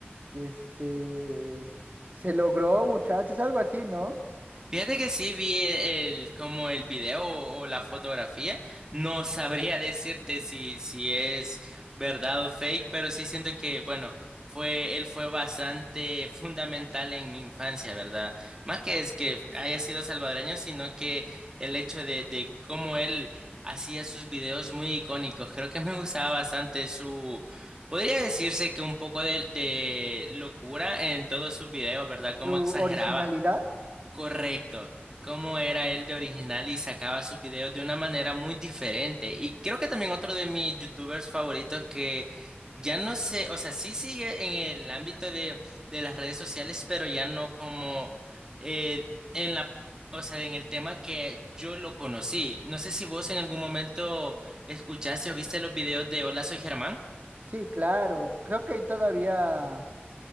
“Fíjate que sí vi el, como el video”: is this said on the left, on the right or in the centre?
Right